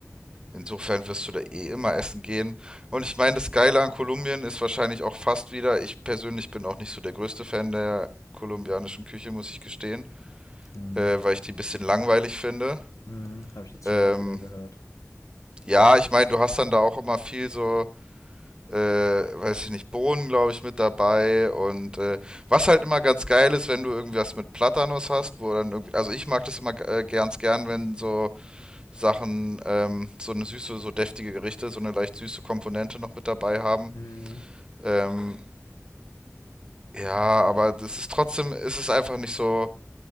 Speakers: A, on the right; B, on the left.
A: Insofern wirst du da eh immer essen gehen. Und ich meine, das Geile an Kolumbien ist wahrscheinlich auch fast wieder, ich persönlich bin auch nicht so der größte Fan der kolumbianischen Küche, muss ich gestehen,
B: Hm,
A: äh, weil ich die ein bisschen langweilig finde.
B: hm, habe ich jetzt
A: Ähm,
B: schon häufiger gehört.
A: ja, ich meine, du hast dann da auch immer viel so, äh, weiß ich nicht, Bohnen, glaube ich, mit dabei. Und äh, was halt immer ganz geil ist, wenn du irgendwas mit Platanos hast, wo dann irgendwie, also ich mag das immer äh, ganz gern, wenn so Sachen, ähm, so eine süße, so deftige Gerichte, so eine leicht süße Komponente noch mit dabei haben.
B: Hm,
A: Ähm, ja, aber das ist trotzdem, es ist einfach nicht so